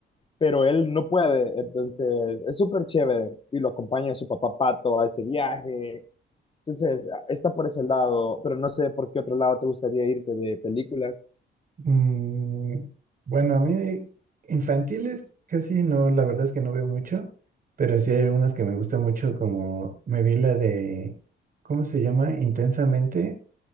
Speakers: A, on the left; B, on the right.
A: pero él no puede, entonces es súper chévere. Y lo acompaña su papá Pato a ese viaje. Entonces, está por ese lado, pero no sé por qué otro lado te gustaría irte de películas.
B: Mm, bueno, a mí infantiles casi no, la verdad es que no veo mucho, pero sí hay algunas que me gustan mucho, como me vi la de, ¿cómo se llama? Intensamente.